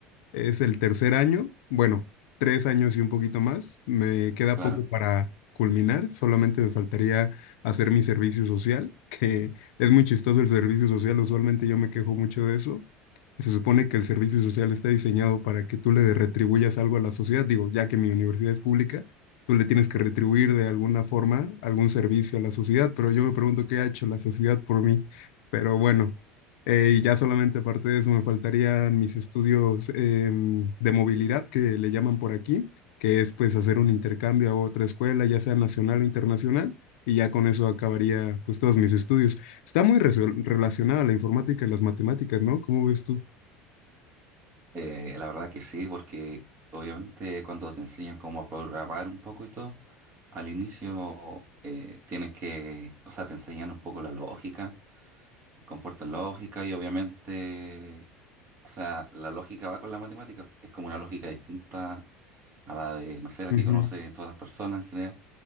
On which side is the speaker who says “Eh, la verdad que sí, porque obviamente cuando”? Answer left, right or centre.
Right